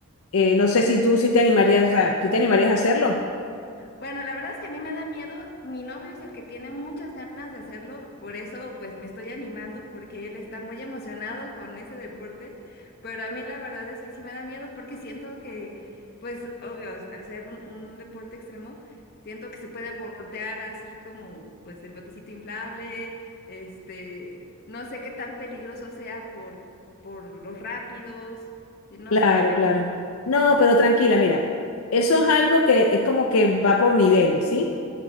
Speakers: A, on the left (about 70°); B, on the left (about 45°).
A: eh, no sé si tú sí te animarías a, si te animarías a hacerlo.
B: Bueno, la verdad es que a mí me da miedo. Mi novio es el que tiene muchas ganas de hacerlo, por eso pues me estoy animando porque él está muy emocionado con ese deporte, pero a mí la verdad es que sí me da miedo porque siento que, pues obvio, al ser un, un deporte extremo, siento que se puede voltear así como pues el botecito inflable, este, no sé qué tan peligroso sea por, por los rápidos, eh, no
A: Claro,
B: sé, a ver
A: claro.
B: qué.
A: No, pero tranquila, mira, eso es algo que es como que va por niveles, ¿sí?